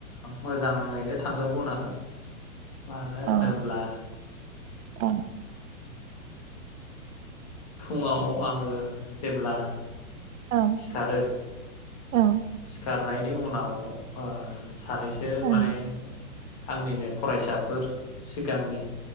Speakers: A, on the left; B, on the right.
A: मोजाङैनो थांदों बुंनांगोन। मानो
B: औ
A: होनोब्ला
B: औ
A: फुङाव आङो जेब्ला
B: औ
A: सिखारो
B: औ औ
A: सिखार नायनि उनाव ओ सानैसो
B: औ
A: माने आंनिनो फरायसाफोर सिगांनि